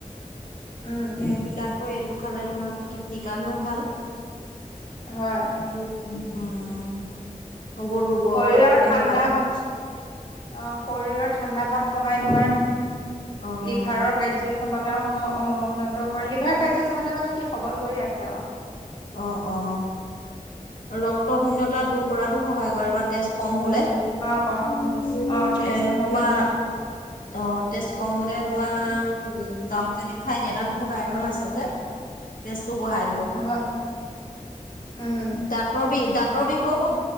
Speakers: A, on the left; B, on the left.
A: উম
B: <unintelligible> ‌ এইটো খালে তোমাৰ কিডনী কাৰণেও ভাল।
A: হয়
B: উম <unintelligible>
A: শৰীৰৰ
B: উপশম
A: ঠাণ্ডা
B: পায়।
A: ভাৱ অ', শৰীৰৰ ঠাণ্ডা ভাৱ কমাই তোমাৰ।
B: অ',
A: লিভাৰৰ কাৰ্য ক্ষমতা উন্ন-অ-উন্নত কৰি, লিভাৰৰ কাৰ্যক্ষমতা মানে কি, সবল কৰি ৰাখে আৰু।
B: অ, অ' ৰক্ত শূন্যতা দূৰ কৰাতো সহায় কৰে বা তেজ কম হ'লে। এ
A: অ', অ', তেজ নহ'লে
B: তোমাৰ তত তেজ কম হ'লে তোমাৰ জাম যদি খাই দিয়া, তাত বহুত আইৰন আছে যে তেজতো বঢ়াই দিব তোমাৰ।
A: হয়, উম।
B: তৰ বিষ, দাঁতৰ বিষও,